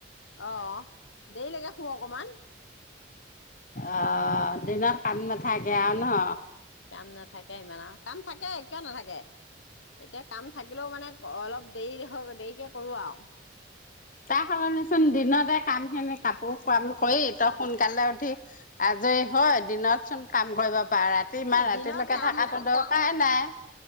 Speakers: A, on the left; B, on the left.
A: অ'! দেৰিলৈকে শু অকমান।
B: অ'! দিনত কাম নাথাকে
A: উম,
B: আৰু ন'।
A: কাম নাথাকে ইমান আৰু। কাম থাকে, কিয় নাথাকে? এতিয়া, কাম থাকিলেও মানে, অলপ দেৰি, দেৰিকে কৰোঁ আৰু।
B: তাইৰ সলনিচোন, দিনতে কামখিনি কাপোৰ কাম কৰি, তই সোনকালে উঠি, আজৰি হয়, দিনতচোন কাম কৰিব পাৰ। ৰাতি, ইমান
A: এ দিনত
B: ৰাতিলৈকে
A: কাম
B: থাকাতো ত' নাই-নাই।